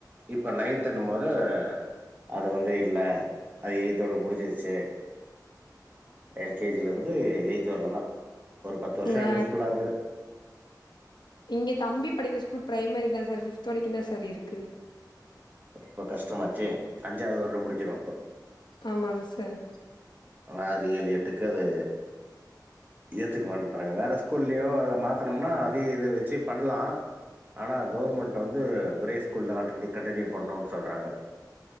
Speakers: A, on the right; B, on the left.
A: இப்ப நைன்த்ண்ணும் போது அது வந்து இல்ல அது எயித்தோட முடிஞ்சிருச்சு எல்கேஜில இருந்து எயித் வரயிலு தா ஒரு பத்து வருஷம்
B: நா
A: யூஸ்ஃபுல்லா இருந்தது
B: இங்கே தம்பி படிக்கிற ஸ்கூல்ல ப்ரைமரி தான் சார் ஃபிப்து வரைக்கும் தான் சார் இருக்கு
A: இப்ப கஷ்டமாச்சு அஞ்சாவது வரயுலு முடிஞ்சிரும் இப்போ
B: ஆமாங்க சார்
A: ஒரு ஆறு ஏலு எட்டுக்கு அது ஏத்துக்க மாட்டன்றாங்க வேற ஸ்கூல்லியு அத மாத்தனம்னா அத இதை வச்சு பண்ணலாம் ஆனா கவர்மெண்ட்டு வந்து ஒரே ஸ்கூல்ல ஆட்டோமேட்டிக் கண்டினியூ பண்ணுன்னு சொல்றாங்க